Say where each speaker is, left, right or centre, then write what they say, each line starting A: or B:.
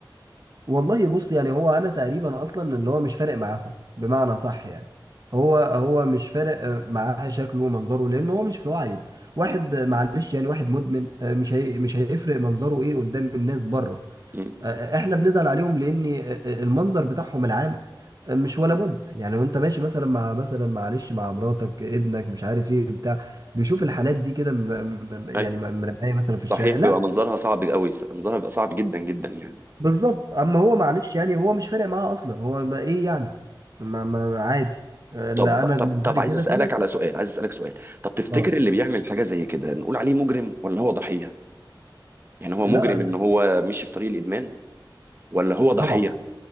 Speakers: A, on the right; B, on the right.
A: والله بص يعني هو انا تقريبا اصلا اللي هو مش فارق معاهم بمعنى صح يعني هو هو مش فارق آه، معاه شكله ومنظره لان هو مش في وعيه واحد
B: م-
A: آه، معلش يعني واحد مدمن آه، مش هي مش هيفرق منظره ايه قدام الناس بره
B: م.
A: آه، آه، احنا بنزعل عليهم لان آه، آه، المنظر بتاعهم العام آه، مش ولا بد يعني وانت ماشي مثلا مع مثلا معلش مع مراتك ابنك مش عارف ايه بتاع بيشوف الحالات دي كده مر- م- يعني
B: أي.
A: مرميه مثلا في
B: صحيح
A: الشارع لا
B: بيبقى منظرها صعب قوي منظرها بيبقى صعب جدا جدا يعني
A: بالظبط اما هو معلش يعني هو مش فارق معاه اصلا هو ما ايه يعني ما ما عادي آه، لا
B: طب
A: انا
B: طب
A: منظري
B: طب عايز
A: كده
B: اسالك
A: تمام
B: على سؤال عايز اسالك سؤال طب تفتكر
A: اه
B: اللي بيعمل حاجه زي كده نقول عليه مجرم ولا هو ضحيه يعني هو
A: لا
B: مجرم
A: ده-
B: ان هو مشي في طريق الادمان ولا هو ضحيه
A: طبعا